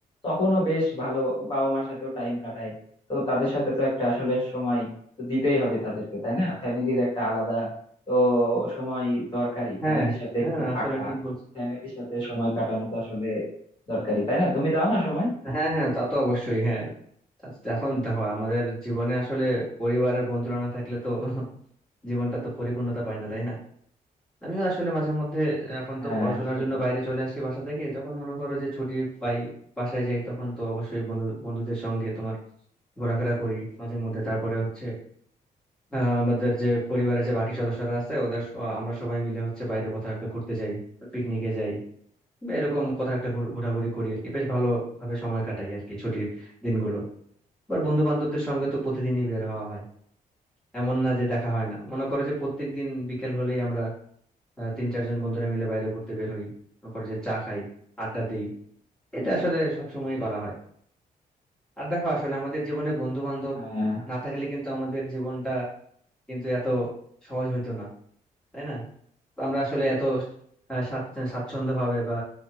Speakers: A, on the left (about 35°); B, in the centre.
A: তখনও বেশ ভালো বাবা মার সাথেও টাইম কাটাই তো তাদের সাথে তো একটা আসলে সময় তো দিতেই হবে তাদেরকে তাই না ফ্যামিলির একটা আলাদা তো সময় দরকারি
B: হ্যাঁ
A: ফ্যামিলির সাথে
B: হ্যাঁ
A: একটু
B: আসলে
A: থাকা
B: ঠিক বলছো
A: ফ্যামিলির সাথে সময় কাটানো তো আসলে দরকারি তাই না তুমি দাও না সময়
B: হ্যাঁ হ্যাঁ তা তো অবশ্যই হ্যাঁ তা- এখন দেখো আমাদের জীবনে আসলে পরিবারের বন্ধুরা না থাকলে তো <laughs> জীবনটা তো পরিপূর্ণতা পায় না তাই না আমিও আসলে মাঝে মধ্যে এখন
A: হ্যাঁ
B: তো পড়াশোনার
A: সেটাই
B: জন্য বাইরে চলে আসি বাসা থেকে যখন মনে করো যে ছুটি পাই বাসায় যাই তখন তো অবশ্যই বন্ধু বন্ধুদের সঙ্গে তোমার ঘোরাফেরা করি মাঝে মধ্যে তারপরে হচ্ছে আহ, আমাদের যে পরিবারের যে বাকি সদস্যরা আছে ওদের স- আমরা সবাই মিলে হচ্ছে বাইরে কোথাও একটা ঘুরতে যাই পিকনিকে যাই বা এরকম কোথাও একটা ঘুর- ঘোরাঘুরি করি আর কি বেশ ভালো ভাবে সময় কাটাই আর কি ছুটির দিনগুলো আবার বন্ধু বান্ধবদের সঙ্গে তো প্রতিদিনই বের হওয়া হয় এমন না যে দেখা হয় না মনে করো যে প্রত্যেকদিন বিকেল হলেই আমরা আহ, তিন চারজন বন্ধুরা মিলে বাইরে ঘুরতে বের হই মনে করো যে চা খাই আড্ডা দেই এটা আসলে সবসময়ই করা হয় আর দেখো আসলে আমাদের জীবনে বন্ধু বান্ধব
A: হ্যাঁ
B: না থাকলে কিন্তু আমাদের জীবনটা কিন্তু এত সহজ হইতো না তাই না আমরা আসলে এত আহ, স্বাচ্ছ- স্বাচ্ছন্দ্য ভাবে বা